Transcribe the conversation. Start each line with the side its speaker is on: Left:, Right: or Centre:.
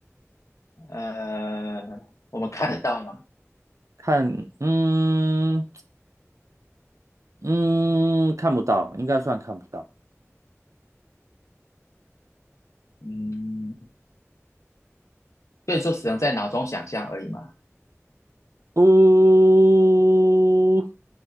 Left: 呃，我们看得到吗？
Right: 看，嗯嗯，看不到，应该算看不到，
Left: 嗯，所以说只能在脑中想象而已嘛，
Right: 呜、